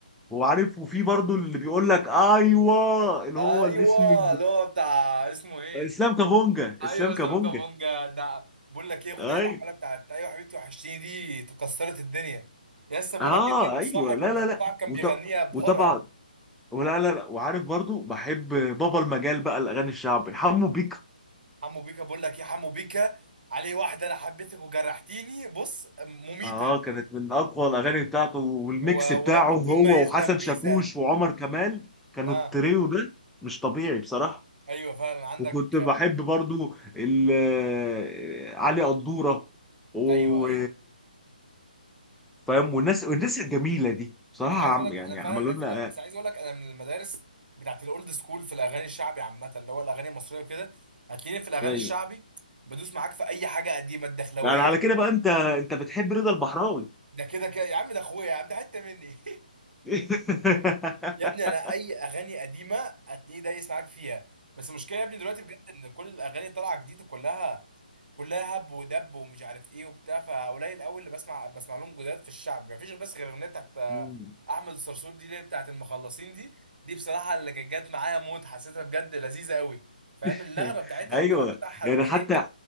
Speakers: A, in the centre; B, on the right.
A: وعارف وفي برضو اللي بيقول لك ايوه اللي
B: ايوه
A: هو اللي اسمه
B: اللي هو بتاع اسمه ايه
A: اسلام كابونجا
B: ايوه
A: اسلام
B: اسلام
A: كابونجا
B: كابونجا ده بقول لك ايه الاغنيه
A: ايوه
B: اللي عملها بتاعت ايوه حبيبتي وحشتيني دي كسرت الدنيا يا اسطى بقول
A: اه
B: لك ايه ده
A: ايوه
B: صاحب
A: لا لا لا
B: صاحب كان
A: وط...
B: بيغنيها بحرقه
A: وطبعا ولا لا لا وعارف برضو بحب بابا المجال بقى الاغاني الشعبي حمو بيك
B: حمو بيكا بقول لك ايه حمو بيكا عليه واحده انا حبيتك وجرحتيني بص مميته
A: اه كانت من اقوى الاغاني بتاعته والميكس
B: و...
A: بتاعه
B: ورب
A: هو
B: كل ما يذنب
A: وحسن شاكوش
B: ميزه
A: وعمر كمال كانوا
B: اه
A: التريو ده مش طبيعي بصراحة
B: ايوه فعلا عندك
A: وكنت بحب برضو ال- آه، علي قدورة و
B: ايوه ايوه
A: فاهم والناس والناس الجميلة دي بصراحة
B: انا عايز
A: عم
B: اقول لك
A: يعني
B: انا فعلا
A: عملوا
B: الناس
A: لنا
B: دي بس عايز اقول لك انا من المدارس بتاعت الاولد سكول في الاغاني الشعبي عامه اللي هو الاغاني المصريه وكده هتلاقيني في الاغاني
A: ايوه
B: الشعبي بدوس معاك في اي حاجه قديمه الدخلويه
A: يعني على كده بقى انت انت بتحب رضا البحراوي
B: ده كده كده يا عم ده اخويا يا عم ده حته مني <laughs>
A: <laughs>
B: يا ابني انا اي اغاني قديمه هتلاقيه دايس معاك فيها بس المشكله يا ابني دلوقتي بجد ان كل الاغاني طالعه جديده كلها كلها هب ودب ومش عارف ايه وبتاع فقليل قوي اللي بسمع بسمع لهم جداد في الشعب مفيش بس غير الاغنيه بتاعت آه،
A: ايوه
B: احمد الصرصور دي اللي هي بتاعت المخلصين دي دي بصراحه اللي كانت جت معايا موت حسيتها بجد لذيذه قوي فاهم
A: <laughs>
B: اللغمه بتاعتها
A: ايوه
B: والكلام بتاعها
A: يعني
B: اللي هو ايه
A: حتى